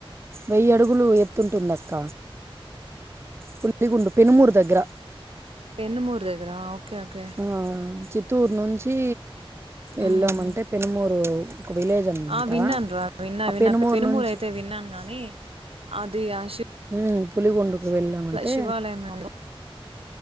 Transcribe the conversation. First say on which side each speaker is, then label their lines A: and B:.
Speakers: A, on the right (about 25°); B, on the right (about 75°).
A: వెయ్యి అడుగులు ఎత్తుంటుంది అక్క పుల్లిగుండు పెనుమూరు దగ్గర
B: పెన్నుమూరు దగ్గర ఓకే
A: ఆ చిత్తూరు నుంచి
B: మ్మ్.
A: ఏళ్ళామంటే పెనుమూరు ఒక విలేజ్ అనమాట
B: ఆ విన్నాను రా విన్నా
A: ఆ
B: విన్నా పెనుమూరు
A: నుంచి
B: అయితే విన్నాను గాని అదే ఆ షిప్
A: ఉ పులిగుండుకు వెళ్ళామంటే
B: శివాలయం ఏమో.